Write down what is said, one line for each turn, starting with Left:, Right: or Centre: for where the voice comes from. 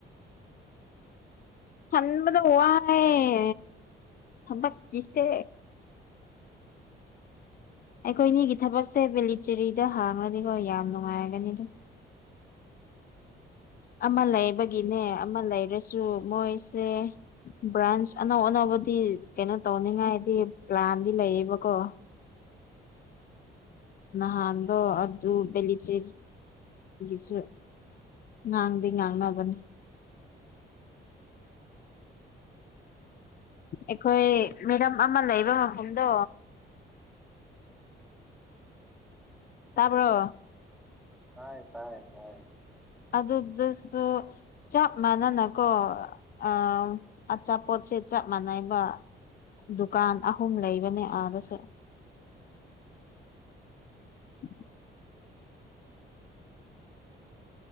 Left: ꯊꯟꯕꯗ ꯋꯥꯌꯦ ꯊꯥꯕꯛ ꯀꯤꯁꯦ ꯑꯩꯈꯣꯏꯅꯤꯒꯤ ꯊꯕꯛꯁꯦ ꯚꯦꯂꯤꯆꯦꯔꯤꯗ ꯍꯥꯡꯉꯅꯤꯀꯣ ꯌꯥꯝ ꯅꯨꯡꯉꯥꯏꯔꯒꯅꯤ ꯑꯗꯨꯝ ꯑꯃ ꯂꯩꯕꯒꯤꯅꯦ ꯑꯃ ꯂꯩꯔꯁꯨ ꯃꯣꯏꯁꯦ ꯕ꯭ꯔꯥꯟꯁ ꯑꯅꯧ ꯑꯅꯧꯕꯗꯤ ꯀꯩꯅꯣ ꯇꯧꯅꯤꯡꯉꯥꯏꯗꯤ ꯄ꯭ꯂꯥꯟꯗꯤ ꯂꯩꯌꯦꯕꯀꯣ ꯅꯍꯥꯟꯗꯣ ꯑꯗꯨ ꯕꯦꯂꯤꯆꯦ ꯒꯤꯁꯨ ꯉꯥꯡꯗꯤ ꯉꯥꯡꯅꯕꯅꯤ ꯑꯩꯈꯣꯏ ꯃꯦꯗꯥꯝ ꯑꯃ ꯂꯩꯕ ꯃꯐꯝꯗꯣ ꯇꯥꯕ꯭ꯔꯣ꯫
Centre: ꯇꯥꯏ ꯇꯥꯏ ꯇꯥꯢ꯫
Left: ꯑꯗꯨꯗꯁꯨ꯫ ꯆꯞ ꯃꯥꯟꯅꯅꯀꯣ ꯑ ꯑꯆꯥꯄꯣꯠꯁꯦ ꯆꯞ ꯃꯥꯟꯅꯩꯕ ꯗꯨꯀꯥꯟ ꯑꯍꯨꯝ ꯂꯩꯕꯅꯦ ꯑꯗꯁꯨ <inaudible>